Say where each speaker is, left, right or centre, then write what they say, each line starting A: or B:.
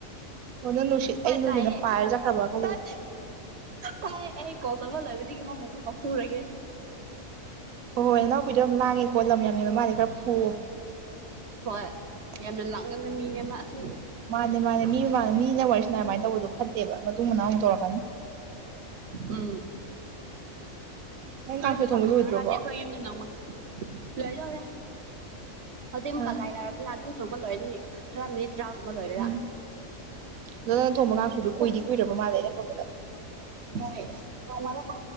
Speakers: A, on the right (about 85°); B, on the right (about 60°).
A: ꯑꯣ ꯅꯪ ꯅꯨꯡꯁꯤꯠ
B: ꯍꯣꯏ
A: ꯑꯩꯗꯤ ꯅꯨꯡꯁꯤꯠꯅ
B: ꯇꯥꯏꯌꯦ
A: ꯄꯥꯏꯔ ꯆꯠꯈ꯭ꯔꯕ ꯈꯜꯂꯨꯔꯦ
B: ꯇꯥꯏ ꯇꯥꯏ ꯑꯦ ꯀꯗꯕ ꯂꯕ ꯗꯒꯤ ꯃꯥ ꯀꯄꯨꯔꯒꯦ
A: ꯍꯣꯏ ꯍꯣꯏ ꯅꯅꯥꯎꯨꯄꯤꯗꯣ ꯌꯥꯝ ꯂꯥꯡꯉꯦꯀꯣ ꯂꯝ ꯌꯥꯝꯃꯦꯕ ꯃꯥꯂꯦ ꯈꯔ ꯐꯨꯑꯣꯣ
B: ꯍꯣꯏ ꯌꯥꯝꯅ ꯂꯥꯡꯉꯅ ꯃꯤꯅꯦꯕ ꯑꯁꯤ
A: ꯃꯥꯅꯦ ꯃꯥꯅꯦ ꯃꯤ ꯃꯥ ꯃꯤꯅ ꯋꯥꯔꯤꯁꯤꯅ ꯑꯗꯨꯃꯥꯏꯅ ꯇꯧꯕꯗꯣ ꯐꯠꯇꯦꯕ ꯃꯇꯨꯡ ꯃꯅꯥꯎꯨꯛ ꯇꯧꯔꯛꯄ
B: ꯎꯝ
A: ꯅꯪ
B: ꯉꯥꯁꯨ
A: ꯀꯥꯡꯁꯣꯏ ꯊꯣꯡꯕ
B: ꯂꯥꯛꯄ
A: ꯂꯣꯏꯗ꯭ꯔꯕꯣ
B: ꯀꯪ ꯈꯥꯟꯅꯤ ꯑꯩꯈꯣꯏ ꯌꯨꯝꯗ ꯅꯪꯉ ꯂꯣꯏ ꯂꯧꯧꯔꯦ ꯍꯧꯖꯤꯛ ꯑꯃꯨꯛꯀ
A: ꯑꯥ
B: ꯂꯥꯏ ꯂꯩꯥꯏꯔꯕꯅꯤꯅ ꯑꯗꯨꯝ ꯊꯣꯛꯒ ꯂꯣꯏꯔꯅꯤ ꯈꯔ ꯃꯤꯠ ꯇꯔꯥꯒꯨꯝꯕ ꯂꯣꯏꯔꯒ
A: ꯎꯝ ꯑꯗꯣ ꯅꯪ ꯊꯣꯡꯕ ꯀꯥꯡꯁꯣꯏꯗꯣ ꯀꯨꯏꯗꯤ
B: ꯀ
A: ꯀꯨꯏꯔꯕ ꯃꯥꯜꯂꯦ ꯑꯩꯅ ꯊꯣꯡꯕꯗ
B: ꯍ ꯅ ꯃ ꯀ